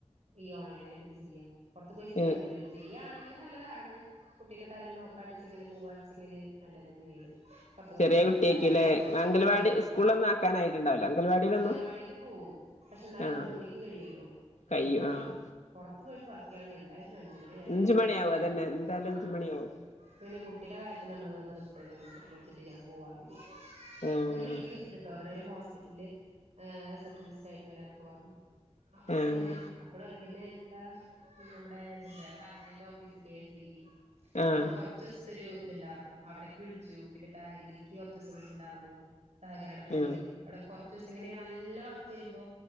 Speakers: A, on the right; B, on the left.
A: ഈ ഓൺലൈനായിട്ട് ഇത് ചെയ്യാ പൊർത്ത് പോയി ചെയ്യാൻ
B: ഏഹ്
A: പറ്റില്ലല്ലോ ചെയ്യാണെങ്കിലും നല്ലതാണ് കുട്ടീനെക്കെ ആരേലും നോക്കാണ്ട്ച്ചെങ്കിൽ പൊവാച്ചെങ്കില് നല്ലതന്നേണ് കൊർച്ചും കൂടി
B: ചെറിയ
A: കൂടുതൽ
B: കുട്ടിയായിരിക്കുംല്ലേ
A: സാലറി കിട്ടും
B: അംഗൽവാടി
A: ആഹ്
B: സ്കൂളിലൊന്നും ആക്കാനായിട്ടുണ്ടാവൂല അംഗൽവാടിയിലൊന്നും
A: അംഗനവാടില് പോവും. പക്ഷെ ന്നാലും
B: ആഹ്
A: മൂന്ന് മണിക്ക് കഴിയൂലോ നമുക്ക്പ്പോ
B: കയ്യും ആഹ്
A: പൊർത്ത് പോയിട്ട് വർക്കെയ്യാണെങ്കി എന്തായാലും ഒരഞ്ച് മണിവരെ
B: അഞ്ച് മണിയാവും
A: ഇണ്ടാവും
B: അതന്നെ എന്തായാലും
A: ആഹ്
B: അഞ്ച് മണിയാവും
A: പിന്നെ കുട്ടിയുടെ കാര്യത്തിൽ നമ്മള് വെർതെ റിസ്കെടുക്കണ്ടല്ലോച്ട്ട് ഞാൻ പോവാ <unintelligible>
B: ആഹ്
A: പിന്നെ വിളിക്കൊക്കെ ചെയ്ത്ട്ടോ ഇവടെ ഒരു ഹോസ്പിറ്റല് ആഹ് റിസെപ്ഷനിസ്റ്റ് ആയി ട്ട് വരാനൊക്കെ പറഞ്ഞു അപ്പൊ
B: ആഹ്
A: പിന്നെ അപ്പ് പ്പളും അതെ പിന്നെ എന്താ നമ്മുടെ ഇതിണ്ടല്ലോ കറന്റിന്റെ office K S E B
B: ആഹ്
A: അതില് കൊറ ച്ചൂസ്ത്തൊരു ഇത്ണ്ടാർന്നു അവടക്ക് വിളിച്ചു പിന്നെ ബാങ്കിൽക്ക് കൊറച്ചൂസം വിളിച്ച്ണ്ടാർന്നു സഹകരണ ബാങ്കില്ലെ
B: ആഹ്
A: അവടെ കൊറച്ചൂസത്തെ ഇങ്ങനെ നല്ല വർക്ക് വരുമ്പോ